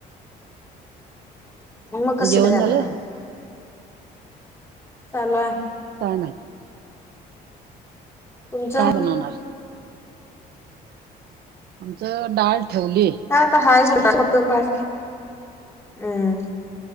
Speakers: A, on the left (about 15°); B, on the right (about 70°).
A: मग, कस
B: जेवण
A: काय झाल
B: झालं
A: काय? चालू आहे.
B: काय माहिती
A: तुमचं?
B: काय बनवणार. आमच डाळ ठेवली.
A: आहे झुनका. फक्त भात हम्म